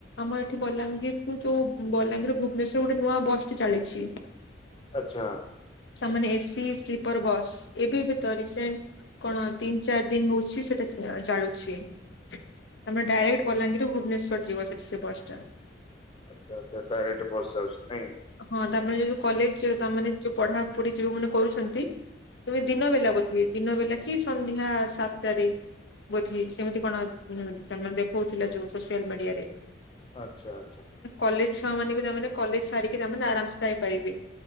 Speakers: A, on the left (about 70°); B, on the left (about 25°).
A: ଆମ ଏଠି ବଲାଙ୍ଗୀର କି ଯୋଉ ବଲାଙ୍ଗୀର ଭୁବନେଶ୍ଵର ଗୋଟେ ନୂଆ ବସ୍ ଟି ଚାଲିଛି।
B: ଆଚଛା।
A: ତାମାନେ ଏସି ସ୍ଲିପର ବସ୍ ଏବେ ବି ତ ରିସେଣ୍ଟ କଣ ତିନି ଚାରି ଦିନ ହଉଛି ସେଟା ଚାଲୁଛି। ତମେ
B: ଆଚ୍ଛା।
A: ଡାଇରେକ୍ଟ ବଲାଙ୍ଗୀରରୁ ଭୁବନେଶ୍ଵର ଯିବ ସେଠି ସେ ବସଟା।
B: ଆଚ୍ଛା ଆଚ୍ଛା ତା ଏଠୁ ବସ ଯାଉଛି ନାଇଁ।
A: ହଁ ତାମାନେ ଯୋଉ କଲେଜ ତାମାନେ ଯୋଉ ପଢାପଢି ଯୋଉମାନେ କରୁଛନ୍ତି? ତୁମେ
B: ହୁଁ।
A: ଦିନ ବେଲା ବୋଧେ ବି ଦିନ ବେଲା କି ସନ୍ଧ୍ୟା ସାତଟାରେ? ଵୋଧେ ସେମିତି କଣ ତାମାନେ ଦେଖଉଥିଲା ଯୋଉ ସୋସିଆଲ ମିଡିଆରେ?
B: ଆଚ୍ଛା ଆଚ୍ଛା।
A: କଲେଜ ଛୁଆ ମାନେ ବି ତାମାନେ କଲେଜ ସାରିକି ତାମାନେ ଆରାମସ ଯାଇପାରିବେ?